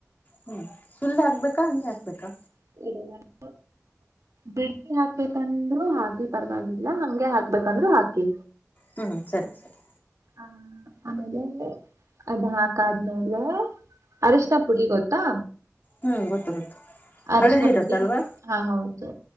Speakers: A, on the left (about 35°); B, on the right (about 75°).
A: ಹ್ಮ್ ಸುಲ್ದ ಹಾಕ್ಬೇಕಾ ಹಂಗೆ ಹಾಕ್ಬೇಕಾ.
B: <unintelligible> ಬಿಡ್ಸಿ ಹಾಕ್ಬೇಕಂದ್ರರು ಹಾಕರಿ ಪರವಾಗಿಲ್ಲ ಹಂಗೆ ಹಾಕ್ಬೇಕಂದ್ರು ಹಾಕಿ.
A: ಹ್ಞ ಸರಿ ಸರಿ.
B: ಹ ಆಮೇಲೆ ಅದ್ ಹಾಕ್ ಆದ್ಮೇಲೆ. ಆರ್ಶಿಣ ಪುಡಿ ಗೊತ್ತಾ.
A: ಹ್ಮ್ ಗೊತ್ತು ಗೊತ್ತು.
B: ಅರಶಣ
A: ಹಳದಿ ಇರತ್ತಲ್ವಾ
B: ಪುಡಿ ಹಾ ಹೌದು